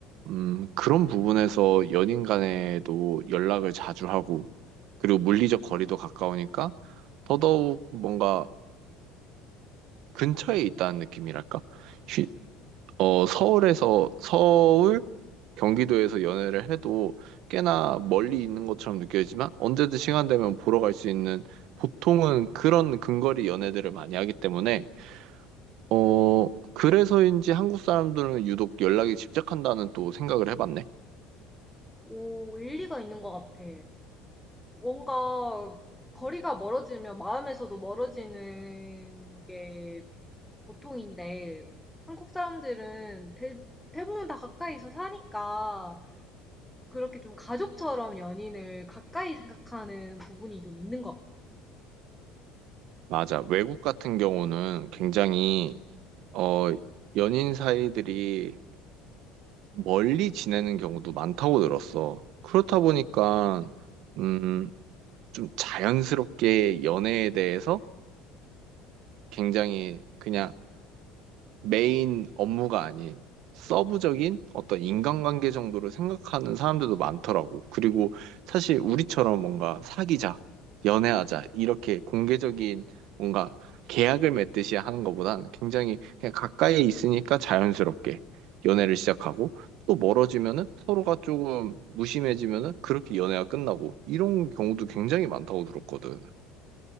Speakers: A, on the right; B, in the centre.
A: 음, 그런 부분에서 연인 간에도 연락을 자주 하고, 그리고 물리적 거리도 가까우니까, 더더욱 뭔가 근처에 있다는 느낌이랄까? 휴- 어, 서울에서, 서울, 경기도에서 연애를 해도 꽤나 멀리 있는 것처럼 느껴지지만, 언제든 시간 되면 보러 갈 수 있는, 보통은 그런 근거리 연애들을 많이 하기 때문에, 어, 그래서인지 한국 사람들은 유독 연락이 집착한다는 또 생각을 해봤네.
B: 오, 일리가 있는 것 같아. 뭔가 거리가 멀어지면 마음에서도 멀어지는 게 보통인데 한국 사람들은 대, 대부분 다 가까이서 사니까 그렇게 좀 가족처럼 연인을 가까이 생각하는 부분이 좀 있는 것 같아.
A: 맞아. 외국 같은 경우는 굉장히, 어, 연인 사이들이 멀리 지내는 경우도 많다고 들었어. 그렇다 보니까, 음, 좀 자연스럽게 연애에 대해서 굉장히 그냥 메인 업무가 아닌 서브적인 어떤 인간관계 정도로 생각하는 사람들도 많더라고. 그리고 사실 우리처럼 뭔가 사귀자, 연애하자, 이렇게 공개적인 뭔가 계약을 맺듯이 하는 것보단 굉장히 그냥 가까이 있으니까 자연스럽게 연애를 시작하고 또 멀어지면은 서로가 조금 무심해지면은 그렇게 연애가 끝나고 이런 경우도 굉장히 많다고 들었거든.